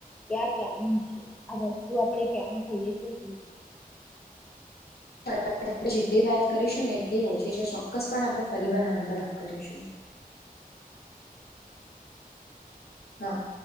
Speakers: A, in the centre; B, on the left (about 80°).
A: કે આ ક્યાંનું છે આ વસ્તુ આપણે ક્યાંનું ખાઈએ શું છે.
B: આપણે જેટલી વાત કરીશું ને એટલી ઓછી છે. ચોક્કસ પણ આપણે ફરીવાર આના પર વાત કરીશું. હા.